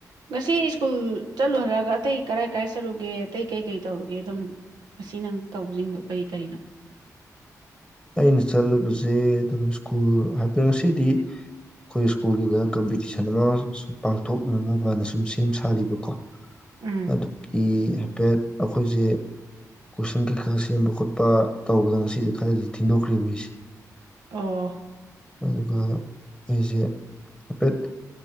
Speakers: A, on the right (about 80°); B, in the centre.
A: ꯉꯁꯤ ꯁ꯭ꯀꯨꯜ ꯆꯠꯂꯨ ꯍꯥꯏꯔꯒ ꯑꯇꯩ ꯀꯔꯥꯏ ꯀꯔꯥꯏ ꯆꯠꯂꯨꯒꯦ ꯑꯇꯩ ꯀꯩ ꯀꯩ ꯇꯧꯔꯨꯒꯦ ꯑꯗꯨꯝ ꯉꯁꯤ ꯅꯪ ꯇꯧꯕꯁꯤꯡꯗꯣ ꯀꯔꯤ ꯀꯔꯤꯅꯣ
B: ꯑꯩꯅ ꯆꯠꯂꯨꯕꯁꯦ ꯑꯗꯨꯝ ꯁ꯭ꯀꯨꯜ ꯍꯥꯏꯐꯦꯠ ꯉꯁꯤꯗꯤ ꯑꯩꯈꯣꯏ ꯁ꯭ꯀꯨꯜꯗꯨꯗ ꯀꯝꯄꯤꯇꯤꯁꯟ ꯑꯃ ꯁꯨꯝ ꯄꯥꯡꯊꯣꯛꯅꯅꯕꯅ ꯁꯨꯝ ꯁꯦꯝ ꯁꯥꯔꯤꯕꯀꯣ
A: ꯎꯝ
B: ꯑꯗꯨ ꯀ ꯄꯦꯠ ꯑꯩꯈꯣꯏꯁꯦ ꯀꯣꯏꯁꯟ ꯀꯩꯀꯥ ꯁꯦꯝꯕ ꯈꯣꯠꯄ ꯇꯧꯕꯗ ꯉꯁꯤꯁ ꯈꯔꯗꯤ ꯊꯦꯡꯗꯣꯛꯈ꯭ꯦꯔꯤꯕꯁꯦ
A: ꯑꯣ
B: ꯑꯗꯨꯒ ꯑꯩꯁꯦ ꯍꯥꯏꯐꯦꯠ